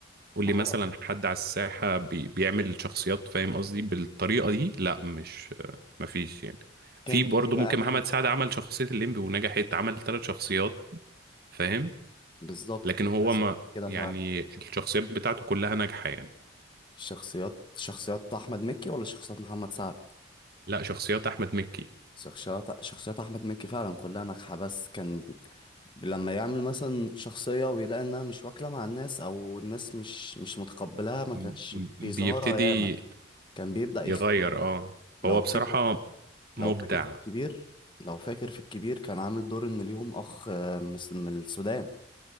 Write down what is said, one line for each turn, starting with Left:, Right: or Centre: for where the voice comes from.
Right: واللي
Left: ما
Right: مثلا
Left: هو
Right: حد على الساحة بي بيعمل شخصيات فاهم قصدي بالطريقة دي لا مش مفيش يعني في
Left: كان
Right: برضه
Left: في بقى
Right: ممكن محمد
Left: مين
Right: سعد عمل شخصية الليمبي ونجحت عمل ثلاث شخصيات فاهم
Left: بالظبط
Right: لكن
Left: كنت
Right: هو
Left: لسه
Right: ما
Left: هقول لك كده
Right: يعني
Left: فعلا
Right: الشخصيات بتاعته كلها ناجحة يعني
Left: الشخصيات شخصيات احمد مكي ولا شخصيات محمد سعد
Right: لا شخصيات أحمد مكي
Left: شخصيات شخصيات احمد مكي فعلا كلها ناجحه بس كان لما يعمل مثلا شخصيه ويلاقي انها مش واكله مع الناس او الناس مش مش متقبلاها ما
Right: م-
Left: كانش
Right: م-
Left: بيظهرها
Right: بيبتدي
Left: ياما كان بيبدا يخفيها
Right: يغير اه
Left: لو
Right: هو بصراحة
Left: فاكر لو
Right: مبدع
Left: فاكر في الكبير لو فاكر في الكبير كان عامل دور ان ليهم اخ آه، من الس- من السودان